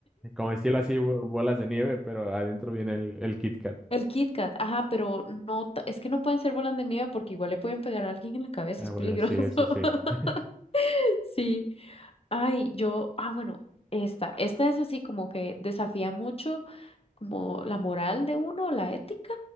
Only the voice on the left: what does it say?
El Kit Kat, ajá, pero no, ta- es que no pueden ser bolas de nieve porque igual le pueden pegar a alguien en la cabeza,
es peligroso.
<laughs>
Sí. Ay, yo, ah, bueno, esta, esta es así como que desafía mucho como la moral de uno, la ética.